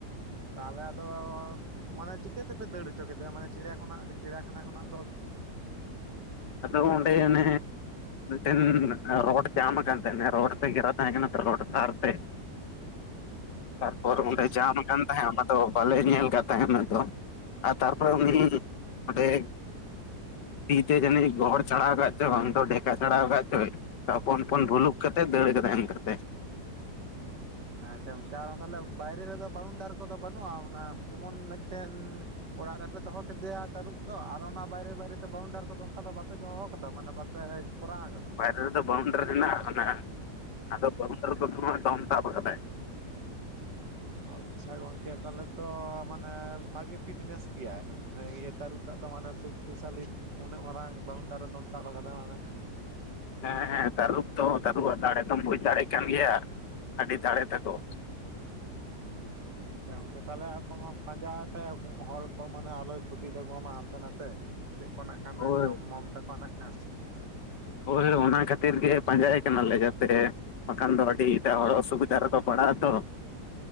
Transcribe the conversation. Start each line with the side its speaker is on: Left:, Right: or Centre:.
Right: ᱛᱟᱦᱚᱞᱮ ᱟᱫᱚ ᱢᱟᱱᱮ ᱪᱤᱠᱟᱹ ᱛᱮᱯᱮ ᱫᱟᱹᱲ ᱦᱚᱪᱚ ᱠᱮᱫᱟ ᱢᱟᱱᱮ ᱪᱤᱲᱭᱟ ᱠᱷᱚᱱᱟᱜ ᱪᱤᱲᱭᱟᱠᱷᱟᱱᱟ ᱠᱷᱚᱱᱟᱜ ᱫᱚ᱾
Left: ᱟᱫᱚ ᱚᱰᱮ ᱚᱱᱮ ᱢᱮᱫᱴᱮᱱ ᱨᱚᱰ ᱡᱟᱢ ᱠᱟᱱ ᱛᱟᱦᱮᱱᱟ ᱨᱳᱰ ᱛᱮ ᱜᱷᱮᱨᱟᱣ ᱛᱟᱦᱮᱱ ᱠᱟᱱᱟ ᱛᱚ ᱨᱚᱰ ᱛᱟᱨ ᱛᱮ᱾ ᱛᱟᱨᱯᱚᱨ
Right: ᱟᱪᱪᱷᱟ
Left: ᱚᱸᱰᱮ ᱡᱟᱢ ᱠᱟᱱ ᱛᱟᱦᱮᱸᱫ ᱟᱫᱚ ᱵᱟᱞᱮ ᱧᱮᱞ ᱠᱟᱫ ᱛᱟᱦᱮᱸᱫ ᱟᱫᱚ ᱟᱨ ᱛᱟᱨᱯᱚᱨᱮ ᱩᱱᱤ ᱚᱸᱰᱮ ᱛᱤᱛᱮ ᱡᱟᱹᱱᱤᱡ ᱜᱚᱲ ᱪᱷᱟᱲᱟᱣ ᱠᱟᱫ ᱪᱚᱭ ᱵᱟᱝ ᱫᱚ ᱰᱷᱮᱠᱟ ᱪᱷᱟᱲᱟᱣ ᱠᱟᱫ ᱪᱚ᱾ ᱛᱚᱯᱚᱱ ᱯᱚᱱ ᱵᱷᱩᱞᱩᱠ ᱠᱟᱛᱮᱫ ᱫᱟᱹᱲ ᱠᱟᱫᱟᱭ ᱚᱱᱠᱟ ᱛᱮ᱾
Right: ᱟᱪᱪᱷᱟ ᱚᱱᱠᱟ ᱟᱫᱚ ᱛᱟᱦᱚᱞᱮ ᱵᱟᱭᱨᱮ ᱨᱮᱫᱚ ᱵᱟᱣᱩᱱᱰᱟᱨ ᱠᱚᱫᱚ ᱵᱟᱹᱱᱩᱜᱼᱟ ᱚᱱᱟ ᱡᱮᱢᱚᱱ ᱢᱤᱫᱴᱮᱱ ᱚᱲᱟᱜ ᱨᱮᱯᱮ ᱫᱚᱦᱚ ᱠᱮᱫᱮᱭᱟ ᱛᱟᱹᱨᱩᱵ ᱫᱚ ᱟᱨ ᱚᱱᱟ ᱵᱟᱭᱨᱮ ᱵᱟᱭᱨᱮᱛᱮ ᱵᱟᱣᱩᱱᱰᱟᱨ ᱠᱚᱫᱚ ᱚᱱᱠᱟ ᱫᱚ ᱵᱟᱯᱮ ᱫᱚᱦᱚ ᱠᱟᱫᱟ ᱢᱟᱱᱮ ᱵᱟ ᱯᱮ ᱠᱚᱨᱟᱣ ᱠᱟᱫᱟ᱾
Left: ᱟᱞᱮ ᱫᱚ ᱵᱟᱣᱩᱱᱰᱟᱨ ᱦᱮᱱᱟᱜᱼᱟ ᱚᱱᱮ ᱟᱫᱚ ᱵᱟᱣᱩᱱᱰᱟᱨᱤ ᱠᱚᱫᱚ ᱫᱚᱢ ᱛᱟᱵ ᱠᱟᱫᱟᱭ᱾
Right: ᱚᱡ ᱟᱪᱪᱷᱟ ᱜᱚᱝᱠᱮ ᱛᱟᱦᱚᱞᱮ ᱛᱚ ᱢᱟᱱᱮ ᱵᱷᱟᱜᱮ ᱯᱷᱤᱴᱱᱮᱥ ᱜᱮᱭᱟ ᱢᱟᱱᱮ ᱤᱭᱟᱹ ᱛᱟᱹᱨᱩᱵᱴᱟᱜ ᱫᱚ ᱢᱟᱱᱮ ᱥᱩᱠ ᱥᱩᱥᱟᱞᱤᱡ ᱩᱱᱟᱹᱜ ᱢᱟᱨᱟᱝ ᱵᱟᱣᱩᱱᱰᱟᱨ ᱮ ᱫᱚᱱ ᱛᱟᱵ ᱠᱟᱫᱟ ᱢᱟᱱᱮ᱾
Left: ᱦᱮᱸ ᱦᱮᱸ ᱛᱟᱹᱨᱩᱵ ᱛᱚ ᱛᱟᱹᱨᱩᱵ ᱟᱜ ᱫᱟᱲᱮ ᱫᱚᱢ ᱵᱩᱡᱽ ᱫᱟᱲᱮᱭᱟᱜ ᱠᱟᱱ ᱜᱮᱭᱟ᱾ ᱟᱹᱰᱤ ᱫᱟᱲᱮ ᱛᱟᱠᱚ᱾
Right: ᱛᱟᱦᱚᱞᱮ ᱟᱵᱚ ᱢᱟ ᱯᱟᱡᱟ ᱛᱮ ᱦᱚᱲ ᱠᱚ ᱢᱟᱱᱮ ᱟᱞᱚᱭ ᱠᱷᱚᱛᱤ ᱛᱟᱠᱚᱢᱟ ᱦᱟᱱᱛᱮ ᱱᱟᱛᱮ ᱪᱮᱫ ᱠᱚ ᱱᱟᱜ ᱠᱷᱟᱱ
Left: ᱦᱳᱭ
Right: ᱡᱚᱢ ᱢᱚᱢ ᱛᱟᱠᱚᱼᱼ ᱛᱟᱠᱚᱣᱟ ᱱᱟᱜ ᱠᱟᱱ
Left: ᱦᱳᱭ ᱚᱱᱟ ᱠᱷᱟᱛᱤᱨ ᱜᱮ ᱯᱟᱸᱡᱟ ᱭᱮ ᱠᱟᱱᱟᱞᱮ ᱡᱟᱛᱮᱼᱼ ᱵᱟᱠᱷᱟᱱ ᱫᱚ ᱟᱰᱤ ᱮᱴᱟᱜ ᱦᱚᱲ ᱚᱥᱩᱵᱤᱫᱟ ᱨᱮᱫᱚ ᱯᱟᱲᱟᱜ ᱟᱛᱚ᱾